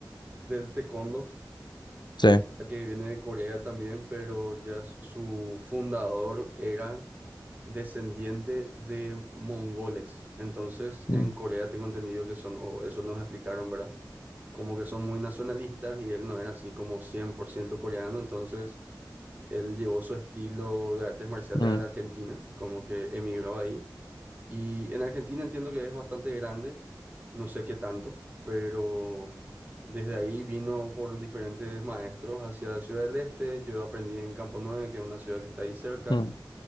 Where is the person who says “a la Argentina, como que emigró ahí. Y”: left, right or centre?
Right